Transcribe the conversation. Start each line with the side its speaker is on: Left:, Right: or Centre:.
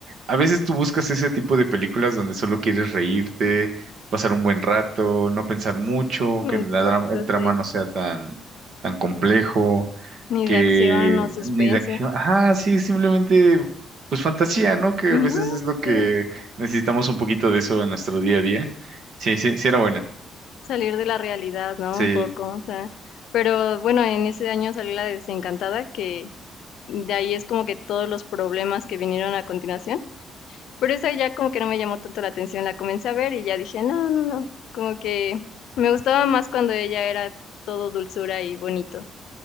Right: a veces tú buscas ese tipo de películas donde solo quieres reírte, pasar un buen rato, no pensar mucho, que
Left: exacto,
Right: la dra- el trama
Left: sí.
Right: no sea tan, tan complejo,
Left: Ni
Right: que
Left: de acción o suspenso.
Right: ni de acción, ah, sí, simplemente pues fantasía, ¿no? Que
Left: Ujú,
Right: a veces es lo que
Left: sí.
Right: necesitamos un poquito de eso en nuestro día a día. Sí, sí, sí era buena.
Left: Salir de la realidad, ¿no?
Right: Sí.
Left: Un poco, o sea. Pero bueno, en ese año salió la de Desencantada, que de ahí es como que todos los problemas que vinieron a continuación. Pero esa ya como que no me llamó tanto la atención, la comencé a ver y ya dije, no, no, no, como que me gustaba más cuando ella era todo dulzura y bonito.